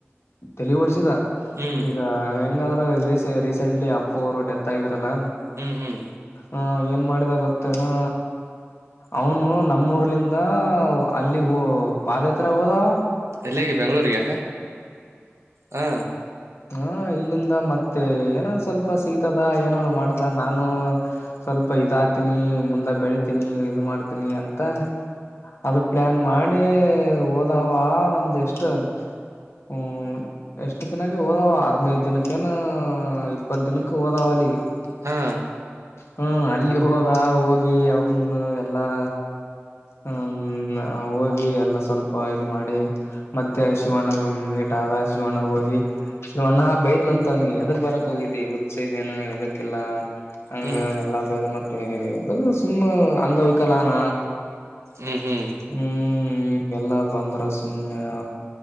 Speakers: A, on the left (about 65°); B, on the right (about 80°).
A: ತಲೆ ಓಡಿಸಿದ
B: ಹ್ಮ್
A: ಈಗ ಹೆಂಗಾದ್ರರು ರ ರೀಸೆಂಟ್ಲಿ ಅಪ್ಪು ಅವರು ಡೆತ್ ಆಗಿದ್ರಲ್ಲ
B: ಹ್ಮ್ ಹ್ಮ್
A: ಹ ಏನ್ ಮಾಡಿದ ಗೊತ್ತೇನು ಅವನು ನಮ್ಮೂ ಊರ್ಲಿಂದ ಅಲ್ಲಿಗ ಪಾದಯತ್ರ ಹೋದಾವ
B: ಎಲ್ಲಿಗ ಬೆಂಗಗಳೂರಿಗೆ ಹಾ
A: ಹ್ಮ ಇಲ್ಲಿಂದ ಮತ್ತೆ ಏನ ಸ್ವಲ್ಪ ಸಿಗ್ತದ ಏನೇನೋ ಮಾಡಿದ ನಾನು ಸ್ವಲ್ಪ ಇದಾತನಿ ಮುಂದೆ ಬೆಳಿತೀನಿ ಇ ಮಾಡ್ತೀನಿ ಅಂತ ಅದು ಪ್ಲಾನ್ ಮಾಡಿ ಹೋದಾವ ಒಂದ ಎಷ್ಟು ಹ್ಮ ಎಷ್ಟು ದಿನಕ್ಕೆ ಹೋದ ಹದಿನೈದು ದಿನಕ್ಕ ಏನಾ ಇಪ್ಪತ್ತು ದಿನಕ್ಕೆ ಹೋದಾವ ಅಲ್ಲಿಗೆ
B: ಹಾ
A: ಹ್ಮ ಅಲ್ಲಿ ಹೋದ ಹೋಗಿ ಅವನು ಎಲ್ಲಾ ಹ್ಮ ಹೋಗಿ ಎಲ್ಲ ಸ್ವಲ್ಪ ಇ ಮಾಡಿ ಮಧ್ಯೆ ಶಿವಣ್ಣಗ ಮೀಟ್ ಆದ ಶಿವಣ್ಣಗ ಹೋಗಿ ಶಿವ ಅಣ್ಣ ಬೈದ್ನಂತ ಅವ್ನಿಗೆ ಎದಕ್ ಬರಕ್ ಹೋಗಿದಿ ಹುಚ್ಚಿ ಇದೇನು ಎದಕ್ಕಿಲ್ಲಾ ಹಂಗ
B: ಹ್ಮ್
A: ಎಲ್ಲಾ ಬದ ಮತ್ತೆ ಅ ಸುಮ್ಮ್ ಅಂಗವಿಕಲ್ಲಾನ
B: ಹ್ಮ್ ಹ್ಮ್
A: ಹ್ಮ್ ಎಲ್ಲ ಬಂದ್ರ ಸುಮ್ನೆ